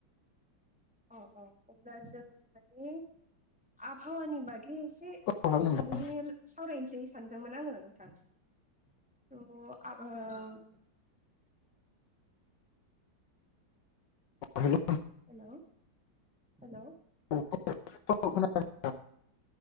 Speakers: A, in the centre; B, on the left (about 70°).
A: अ अ अब्ला जों माने आबहावानि बागै एसे।
B: औ हागोन नोंथां
A: माने सावरायनोसै सानदोंमोन आङो नोंथां। त आं
B: हेल'
A: हेलौ हेलौ।
B: औ <unintelligible>